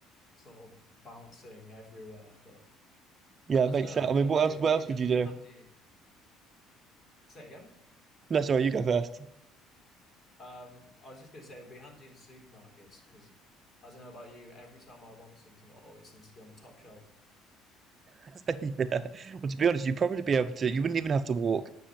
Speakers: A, on the left; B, on the right.
A: sort of bouncing everywhere. But
B: yeah,
A: I
B: it
A: don't
B: makes
A: know.
B: sense.
A: I feel
B: I mean, what
A: like
B: else?
A: it would
B: What
A: it
B: else
A: would
B: would
A: definitely
B: you do?
A: be handy. Say again.
B: No, sorry, you go first.
A: Um, I was just gonna say it would be handy in supermarkets because I don't know about you, every time I want something, it always seems to be on the top shelf.
B: <laughs> Yeah. Well, to be honest, you'd probably be able to. You wouldn't even have to walk